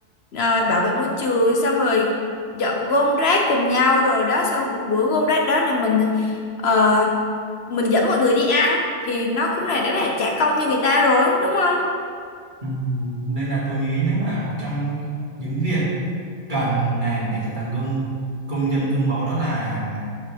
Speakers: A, on the left; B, on the right.
A: ờ, bảo vệ môi trường xong rồi dọn gom rác cùng nhau rồi đó sau một bữa gom rác đó là mình ờ, mình dẫn mọi người đi ăn thì nó cũng là đã là trả công cho người ta rồi đúng không
B: Ừ, Nên là tôi nghĩ nếu mà một trong những việc cần làm để trở thành gương công dân gương mẫu đó là